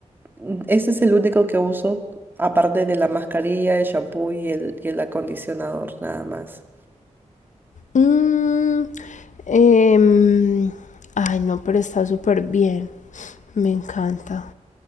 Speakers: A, on the right (about 15°); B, on the left (about 80°).
A: mm, ese es el único que uso, aparte de la mascarilla, el shampoo y el, y el acondicionador, nada más.
B: Mm, em, ay, no, pero está súper bien, me encanta.